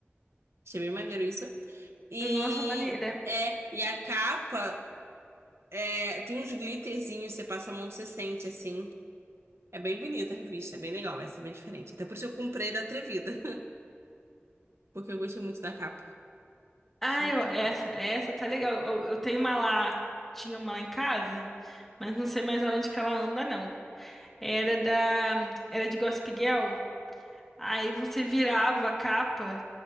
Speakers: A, on the right; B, in the centre.
A: Achei bem maneiro isso. E...
B: nossa, maneira.
A: É, e a capa É, tem uns glitterzinhos, você passa a mão, você sente, assim. É bem bonita a revista, é bem legal, essa é bem diferente. Até por isso eu comprei da Atrevida, <laughs> porque eu gostei muito da capa.
B: Ah,
A: Achei muito
B: eu, essa,
A: legal.
B: essa tá legal. Eu, eu tenho uma lá, tinha uma lá em casa, mas não sei mais aonde que ela anda, não. Era da, era de Gossip Girl. Aí você virava a capa